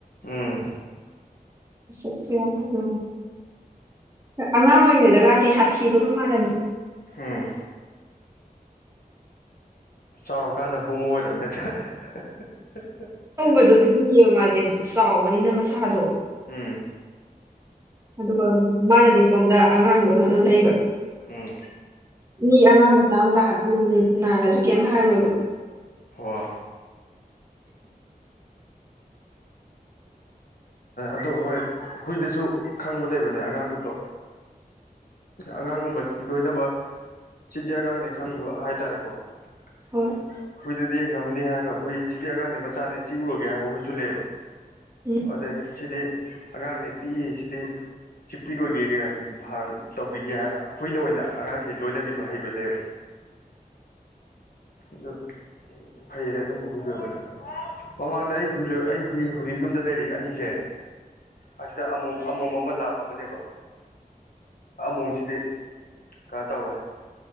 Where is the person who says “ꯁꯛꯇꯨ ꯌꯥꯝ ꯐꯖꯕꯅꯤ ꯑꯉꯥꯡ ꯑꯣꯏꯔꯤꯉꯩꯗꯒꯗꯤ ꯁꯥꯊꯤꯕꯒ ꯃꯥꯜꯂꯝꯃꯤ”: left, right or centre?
Right